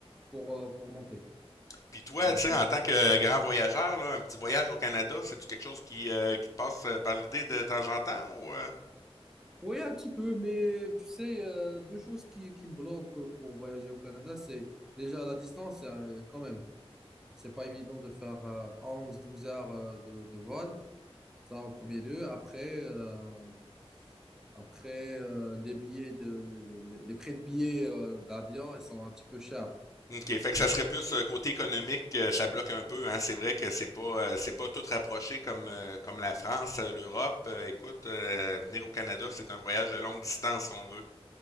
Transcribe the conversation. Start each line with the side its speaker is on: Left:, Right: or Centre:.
Centre: pour, euh, pour monter.
Left: Puis toi,
Centre: Euh,
Left: tu
Centre: c'est-
Left: sais, en tant que grand voyageur, là, un petit voyage au Canada, c'est-tu quelque chose qui, euh, qui te passe euh, par l'idée de temps en temps ou? euh?
Centre: oui, un petit peu, mais tu sais, euh, deux choses qui, qui me bloquent pour voyager au Canada, c'est déjà la distance, euh, quand même. C'est pas évident de faire euh, onze douze heures euh, de, de vol. Ça en premier lieu. Après, euh, Après, euh, les billets de, les, les prix de billets euh, d'avion, ils sont un petit peu chers.
Left: OK, fait que ça serait plus euh, côté économique, euh, ça bloque un peu. Hein. C'est vrai que c'est pas euh, c'est pas tout rapproché comme euh, comme la France, euh, l'Europe. Euh, écoute, euh, venir au Canada, c'est un voyage de longue distance si on veut.